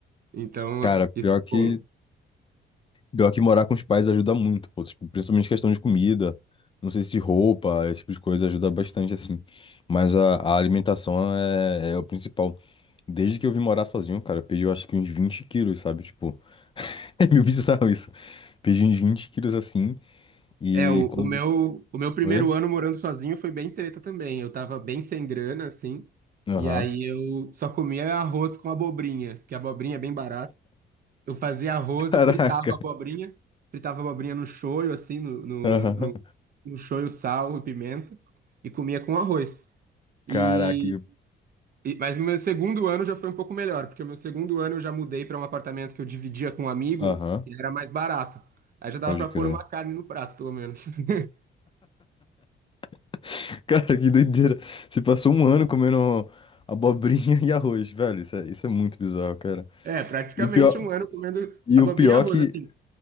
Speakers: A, on the right (about 45°); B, on the left (about 25°).
A: Então,
B: Cara, pior
A: isso é
B: que,
A: bom.
B: pior que morar com os pais ajuda muito, pô. Tipo, principalmente questão de comida. Não sei se de roupa, esse tipo de coisa ajuda bastante, assim. Mas a, a alimentação é, é o principal. Desde que eu vim morar sozinho, cara, eu perdi eu acho que uns vinte quilos, sabe? Tipo, <laughs> é meio bizarro isso. Perdi uns 20 quilos assim. E
A: É, o,
B: quando.
A: o meu, o meu primeiro
B: Oi?
A: ano morando sozinho foi bem treta também. Eu tava bem sem grana, assim.
B: Aham.
A: E aí eu só comia arroz com abobrinha, que a abobrinha é bem barata. Eu fazia arroz
B: Caraca.
A: e fritava abobrinha. Fritava abobrinha no shoyu, assim, no, no,
B: Aham.
A: no, no shoyu, sal e pimenta. E comia com arroz.
B: Caraca,
A: E,
B: e-
A: e- mas no meu segundo ano já foi um pouco melhor, porque no meu segundo ano eu já mudei para um apartamento que eu dividia com um amigo
B: aham,
A: e era mais barato. Aí já dava
B: pode
A: para
B: crer.
A: pôr uma carne no prato, pelo menos. <laughs>
B: <laughs> Cara, que doideira. Você passou um ano comendo abobrinha <laughs> e arroz, velho. Isso é, isso é muito bizarro, cara.
A: É, praticamente
B: E o pior,
A: um ano comendo
B: e
A: abobrinha
B: o pior
A: e arroz,
B: que
A: assim.